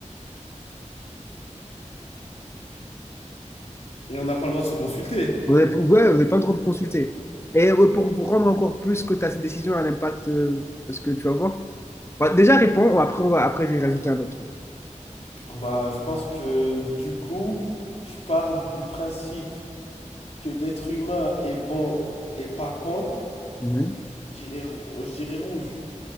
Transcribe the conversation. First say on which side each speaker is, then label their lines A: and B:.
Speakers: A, on the left (about 55°); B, on the left (about 20°).
A: Et on n'a pas le droit de se consulter.
B: Vous n'avez ouais, pas le droit de consulter. Et euh, pour, pour rendre encore plus que ta décision a l'impact, euh, parce que tu vas voir. Bah, déjà, réponds, après, on va, après, je vais rajouter un autre truc.
A: Bah, je pense que du coup, je pars du principe que l'être humain est bon et pas con.
B: Mhm.
A: Je dirais, rou- je dirais rouge.